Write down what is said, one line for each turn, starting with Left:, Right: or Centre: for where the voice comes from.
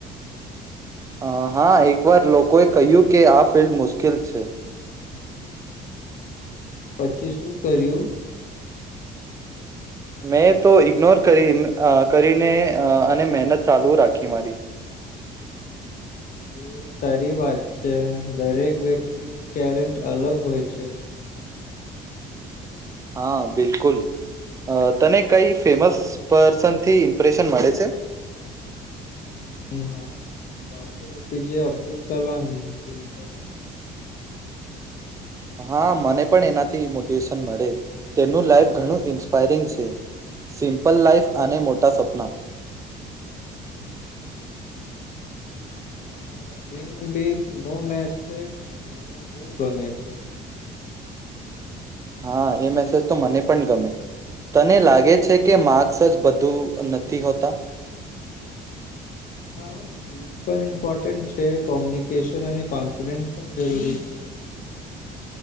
Right: અ હા, એકવાર લોકોએ કહ્યું કે આ ફિલ્ડ મુશ્કેલ છે.
Left: પછી શું કર્યું?
Right: મેં તો ઈગ્નોર કરી અ કરીને અ અને મહેનત ચાલુ રાખી મારી.
Left: એ સારી વાત છે દરેક વ્યક્તિની ટેલેન્ટ અલગ હોય છે.
Right: હા બિલકુલ, અ તને કઈ ફેમસ પર્સન થી ઇમ્પ્રેશન મળે છે?
Left: હમ, હા ડોક્ટર એપીજે અબ્દુલ કલામ થી બને.
Right: હા મને પણ એનાથી ઇ મોટિવેશન મળે તેમનું લાઈફ ઘણું ઇન્સ્પાયરિંગ છે. સિમ્પલ લાઈફ અને મોટા સપના.
Left: હમ્મ. અ ડ્રીમ બિગ નો મેસેજ મને બવ ગમે છે.
Right: હા, એ મેસેજ તો મને પણ ગમે. તને લાગે છે કે માર્ક્સ જ બધું નથી હોતા?
Left: હા સ્કીલ પણ ઇમ્પોર્ટન્ટ છે કોમ્યુનિકેશન અને કોન્સિડ્રંટ પણ જરૂરી છે.